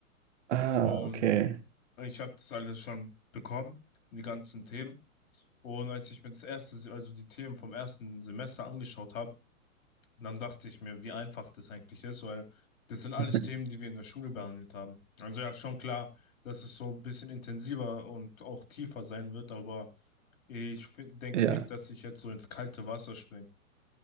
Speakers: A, on the right (about 55°); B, on the left (about 70°).
A: Ah,
B: Und
A: okay.
B: ich habe das alles schon bekommen, die ganzen Themen. Und als ich mir das erste, Se- also die Themen vom ersten Semester angeschaut habe, dann dachte ich mir, wie einfach das eigentlich ist, weil das sind alles
A: <laughs>
B: Themen, die wir in der Schule behandelt haben. Also ja, schon klar, dass es so ein bisschen intensiver und auch tiefer sein wird, aber ich fin- denke
A: Ja.
B: nicht, dass ich jetzt so ins kalte Wasser springe.